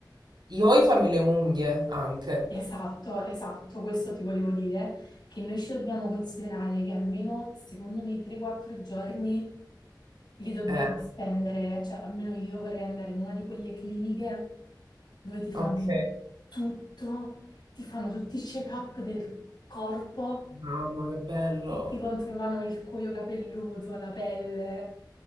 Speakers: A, on the right; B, on the left.
A: Io voglio farmi le unghie anche.
B: Esatto, esatto, questo ti volevo dire, che noi ci dobbiamo considerare che almeno secondo me 3-4 giorni li dobbiamo
A: Eh,
B: spendere, cioè almeno io vorrei andare in una di quelle cliniche dove ti fanno
A: ok.
B: tutto, ti fanno tutti i check-up del corpo
A: Mamma, che bello.
B: e ti controllavano il cuoio capelluto, la pelle,